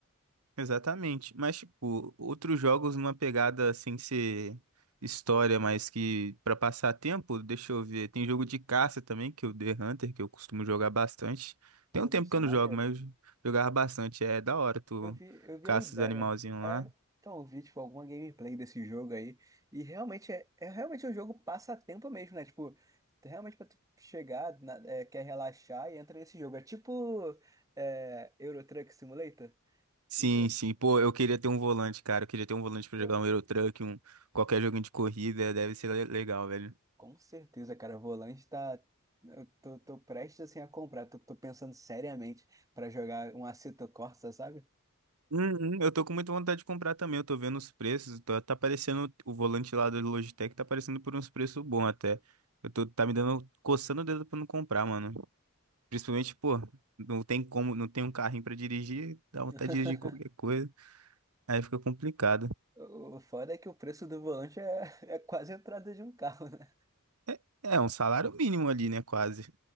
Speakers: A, on the right; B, on the right.
A: Exatamente. Mas, tipo, outros jogos numa pegada sem ser história, mas que pra passar tempo, deixa eu ver. Tem jogo de caça também, que é o The Hunter, que eu costumo jogar bastante.
B: Pô,
A: Tem um tempo
B: deve ser
A: que eu
B: maneiro.
A: não jogo, mas eu jogava bastante. É da hora, tu
B: Eu vi, eu vi
A: caça
B: a ideia.
A: os animalzinhos
B: É,
A: lá.
B: então, eu vi, tipo, alguma gameplay desse jogo aí. E realmente é, é realmente é um jogo passatempo mesmo, né? Tipo, realmente pra tu chegar, na- é, quer relaxar e entra nesse jogo. É tipo é, Euro Truck Simulator. Tipo,
A: Sim, sim. Pô, eu queria ter um volante, cara. Eu queria ter um volante pra
B: pô,
A: jogar um Euro Truck, um qualquer joguinho de corrida, deve ser le- legal, velho.
B: com certeza, cara. O volante tá. Eu tô, tô prestes assim a comprar. Tô, tô pensando seriamente pra jogar um Assetto Corsa, sabe?
A: Uhum, eu tô com muita vontade de comprar também. Eu tô vendo os preços. Tá, tá parecendo o volante lá do Logitech, tá aparecendo por uns preços bons até. Eu tô, tá me dando, coçando o dedo pra não comprar, mano. Principalmente, pô, não tem como, não tem um carrinho pra dirigir, dá vontade
B: <laughs>
A: de dirigir qualquer coisa. Aí fica complicado.
B: O foda é que o preço do volante é, é quase a entrada de um carro, né?
A: É, é um salário mínimo ali, né? Quase.